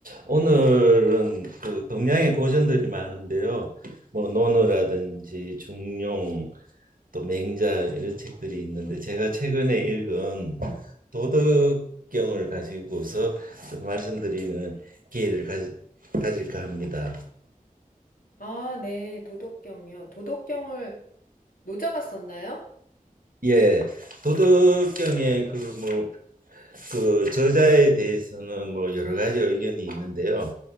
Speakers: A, on the right; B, on the left.
A: 오늘은 그 동양의 고전들이 많은데요. 뭐 논어라든지 중용 또 맹자 이런 책들이 있는데 제가 최근에 읽은 도덕경을 가지고서 좀 말씀드리는 기회를 가지, 가질까 합니다.
B: 아, 네, 도덕경이요. 도덕경을 노자가 썼나요?
A: 예, 도덕경의 그뭐 그 저자에 대해서는 뭐 여러 가지 의견이 있는데요.